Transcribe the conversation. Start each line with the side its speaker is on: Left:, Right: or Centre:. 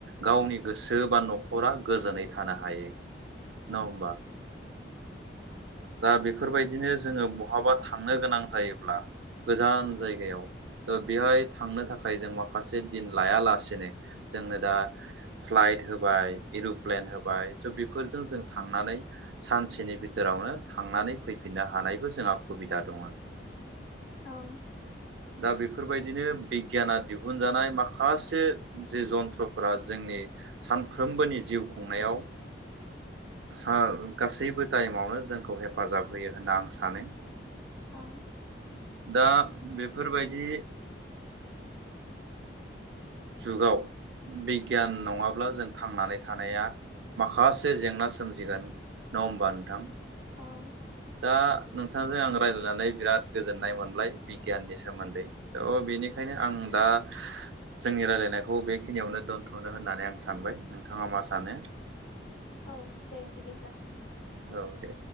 Right: गावनि गोसो बा नखरा गोजोनै थानो हायो। न होमबा। दा बेफोरबायदिनो जोङो बहाबा थांनो गोनां जायोब्ला। गोजान जायगायाव थ' बेहाय थांनो थाखाय जों माखासे दिन लायालासेनो जोंनो दा फ्लाइट होबाय एर'प्लेन होबाय स' बेफोरजों जों थांनानै सानसेनि बिथोरावनो थांनानै फैफिननो हानायबो जोंहा सुबिदा दङ
Left: औ
Right: दा बेफोरबायदिनो बिगियाना दिहुनजानाय माखासे जे जन्थ्रफोरा जों <unintelligible> सानफ्रोमबोनि जिउ खुंनायाव सा गासैबो टाइमावनो जोंखौ हेफाजाब होयो होनना आं सानो।
Left: औ
Right: दा बेफोरबायदि जुगाव बिगियान नङाब्ला जों थांनानै थानाया माखासे जेंना सोमजिगोन नङा होमबा नोंथां?
Left: औ
Right: दा नोंथांजों आं रायज्लायनानै बिराद गोजोननाय मोनबाय बिगियाननि सोमोन्दै थ बेनिखायनो आं दा जोंनि रायज्लायनायखौ बेखिनियावनो दोनथ'नो होननानै आं सानबाय नोंथाङा मा सानो?
Left: औ दे बिदिब्ला
Right: औ दे